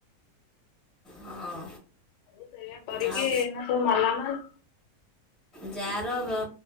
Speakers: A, in the centre; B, on the left (about 75°).
A: ହଁ
B: ସବୁ ସେଇୟା କରିକି
A: ଆଉ
B: ଏ ଏଇନା ସବୁ ମାଲା ମାଲ୍।
A: ଯାର ବ